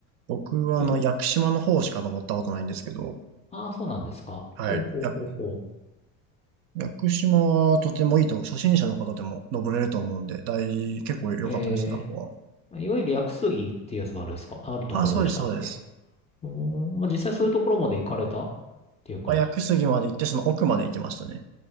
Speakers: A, on the right; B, on the left.
A: 僕はあの、
B: え、
A: 屋久島の方しか登ったことないんですけど、
B: ああ、そうなんですか。
A: はい。
B: ほうほうほうほう。
A: や屋久島はとてもいいと、初心者の方でも登れると思うんで、大事、結構良かったですね、
B: えー
A: ここ
B: いわゆる屋久杉っていうやつがあるですかあるところでしたっけ
A: は。あ、そうです、そうです。
B: うーん、まあ、実際そういうところまで行かれたっていう感じ。
A: まあ、屋久杉まで行って、その奥まで行きましたね。